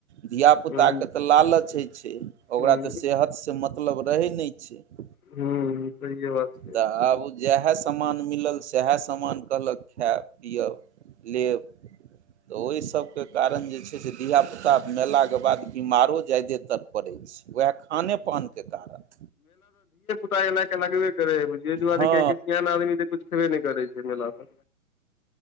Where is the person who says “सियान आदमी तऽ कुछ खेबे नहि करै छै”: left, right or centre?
Left